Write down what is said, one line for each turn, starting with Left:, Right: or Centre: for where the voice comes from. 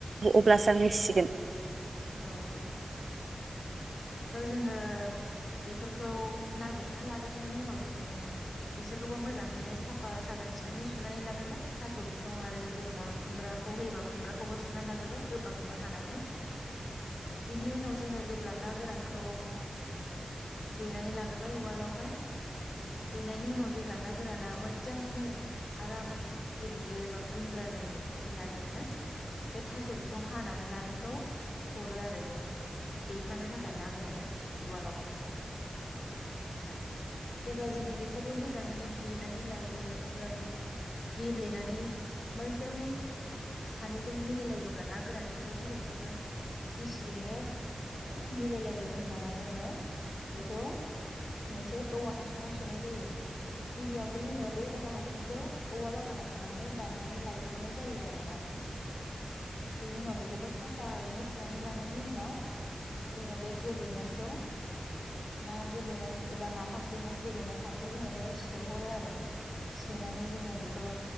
Right: अब्लासो आं मिथिसिगोन
Left: औ औ थ' जोङो बेफोरखौ नागिरनानै लाग्रोननायनि उनाव जोङो बिसोरखौबो मोजाङैनो साफा साखोन सिखोनै सुनानै लाग्रोबाय थास' बिसं आरो जेनेबा खुमब्राखौ होयोबा खुमब्राखौबो सुनानै लाग्रोबाय गोबा गोबा हानानै बेनि उनाव जोङो जेब्ला ना गोरानखौ देनानै लाग्राय उवालावहाय देनायनि उनाव जेब्ला ना गोराना मोजाङैनो आरामै गेब्लेयो बा गुन्द्रा जायो होनब्ला जोङो बे थास' बिसं हानानै लानायखौ हरो आरो बे देफानो थाखाय ना गोरानजों उवालावहाय जेब्ला जोङो बेखौबो मोजाङैनो देनानै लायो अब्ला बे गेब्लेनानै मोजाङै सानैजों मिलायलायो अब्ला ना गोरानजों बे थास' बिसंजों गिसियैनो मिलायलायो होनोमब्लाना जोङो बेखौ मोनसे औवा हासुाव सोनाय जायो गिबियावनो जोङो बे औवा हासुंखौ औवा बागानाव थांनानै दाननानै लायग्रोनाय जायो आरोना बेनि उनाव बेखौबो साफायैनो सुनानै लानायनि उनाव जोङो बे गेब्लेनायखौ ना गेब्लेनानै एबा नाफाम देनाय गेब्लेना थानायखौ जोङो बेहाय सोहरो आरो सोनानै जोङो बेखौ